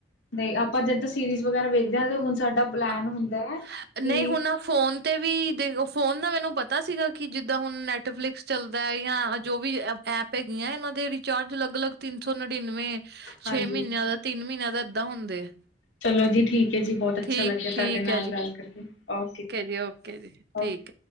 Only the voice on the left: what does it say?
ਦੇ ਆਪਾਂ ਜਦ ਸੀਰੀਜ਼ ਵਗੈਰਾ ਵੇਖਦੇ ਹਾਂ ਤੇ ਹੁਣ ਸਾਡਾ ਪਲੈਨ
ਹੁੰਦਾ ਹੈ ਕਿ,
ਹਾਂਜੀ
ਚਲੋ ਜੀ, ਠੀਕ ਹੈ ਜੀ। ਬਹੁਤ ਅੱਛਾ
ਲੱਗਿਆ,
ਤੁਹਾਡੇ ਨਾਲ
ਗੱਲ ਕਰਕੇ। ਓਕੇ-
ਓਕੇ।